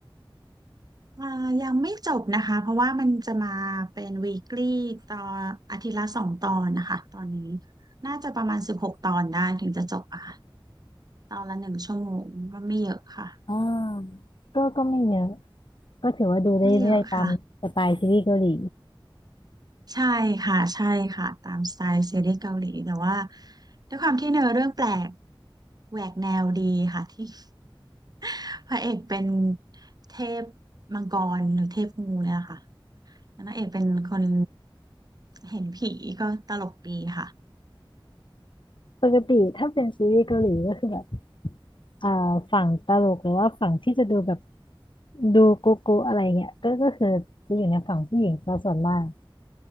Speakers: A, on the right; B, on the left.
A: อ่ายังไม่จบนะคะ เพราะว่ามันจะมาเป็น weekly ตอนอาทิตย์ละสองตอนนะคะ ตอนนี้น่าจะประมาณสิบหกตอนได้ถึงจะจบอะค่ะตอนละหนึ่งชั่วโมงก็ไม่เยอะค่ะ
B: อ่าก็ก็ไม่เยอะก็ถือว่าดูได้เรื่อยๆตามสไตล์ซีรีส์เกาหลี
A: ไม่เยอะค่ะ ใช่ค่ะ ใช่ค่ะ ตามสไตล์ซีรีส์เกาหลีแต่ว่าด้วยความที่เนื้อเรื่องแปลก แหวกแนวดีค่ะที่ <laughs> พระเอกเป็นเทพมังกรหรือเทพงูเนี่ยค่ะ นางเอกเป็นคนเห็นผีก็ตลกดีค่ะ
B: ปกติถ้าเป็นซีรีส์เกาหลีก็คือแบบอ่าฝั่งตลกหรือว่าฝั่งที่จะดูแบบดูโกโก้อะไรเงี้ยก็ก็คือจะอยู่ในฝั่งผู้หญิงซะส่วนมาก